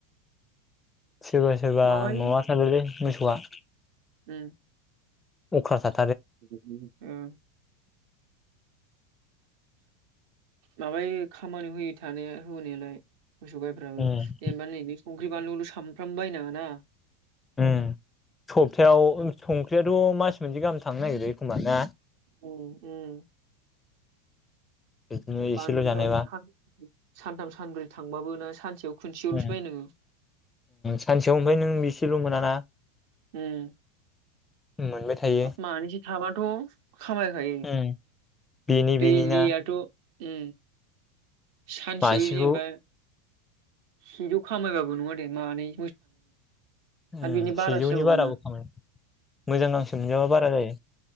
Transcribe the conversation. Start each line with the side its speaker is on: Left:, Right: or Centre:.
Left: सोरबा सोरबा
Right: माबायो
Left: माबा थारोलै मोसौआ
Right: उम
Left: अख्राथार
Right: <inaudible> उम माबायो खामानियाव होयो थानो होनायालाय मोसौ गाइफ्राबो
Left: उम
Right: जेनबा नै संख्रि बानलुखौल सानफ्रामबो बायनाङाना
Left: उम सबथायाव संख्रियाथ मास मोनसे गाहाम थांनो नागिरो एखमबा ना
Right: उम उम
Left: बिदिनो एसेल'
Right: बानलुफोराबो
Left: जानायबा
Right: खान सानथाम सानब्रै थांबाबोना सानसेयाव खनसेयावल'सो
Left: ओ
Right: बायनांगौ
Left: सानसेयाव ओमफाय नों बेसेल मोनाना
Right: उम।
Left: मोनबाय थायो
Right: हाब मानैसो थाबाथ' खामायखायो
Left: उम बेनि
Right: दैलियाथ'
Left: बेनि ना
Right: उ। सानसेयाव
Left: मासेखौ
Right: जेनेबा सेजौ खामायबाबो नङा दे मानै आरो
Left: उम
Right: बिनि बारासो
Left: सेजौनि
Right: जाबावोना
Left: बारा बो खामायो। मोजां गांसो मोनजायाबा बारा जायो।